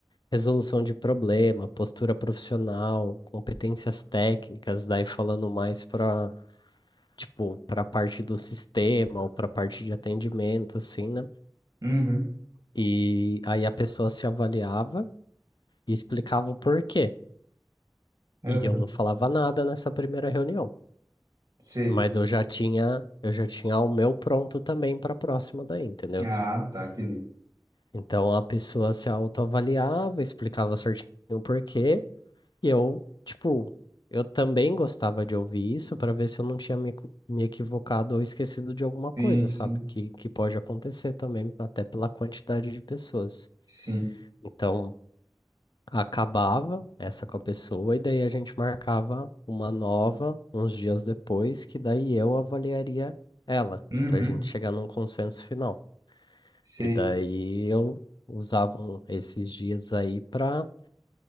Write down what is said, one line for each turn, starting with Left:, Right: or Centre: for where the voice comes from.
Left: resolução de problema, postura profissional, competências técnicas, daí falando mais para, tipo, para a parte do sistema ou para a parte de atendimento, assim, né?
Right: Uhum,
Left: E aí a pessoa se avaliava e explicava o porquê.
Right: aham,
Left: E eu não falava nada nessa primeira reunião,
Right: sei.
Left: mas eu já tinha, eu já tinha o meu pronto também para a próxima daí, entendeu?
Right: Ah, tá, entendi.
Left: Então a pessoa se autoavaliava, explicava certinho o porquê, e eu, tipo, eu também gostava de ouvir isso para ver se eu não tinha me, equi- me equivocado ou esquecido de alguma coisa,
Right: Sim, sim,
Left: sabe? Que, que pode acontecer também, até pela quantidade de pessoas.
Right: sim.
Left: Então, acabava essa com a pessoa e daí a gente marcava uma nova uns dias depois, que daí eu avaliaria ela,
Right: Uhum,
Left: para a gente chegar num consenso final.
Right: sei.
Left: E daí eu usava um- esses dias aí para